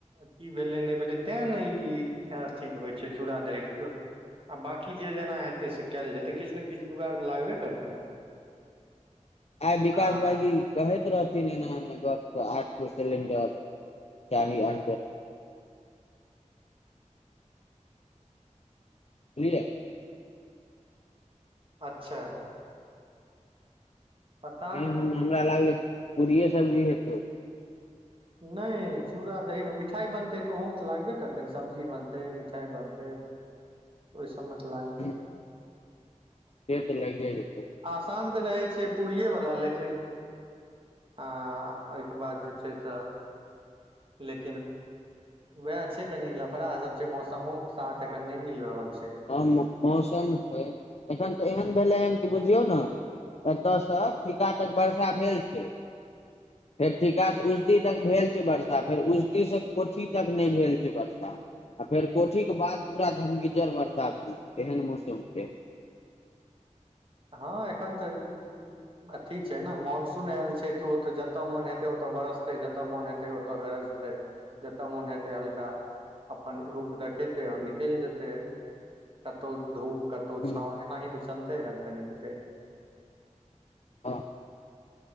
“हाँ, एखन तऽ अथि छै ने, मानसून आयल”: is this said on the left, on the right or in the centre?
Right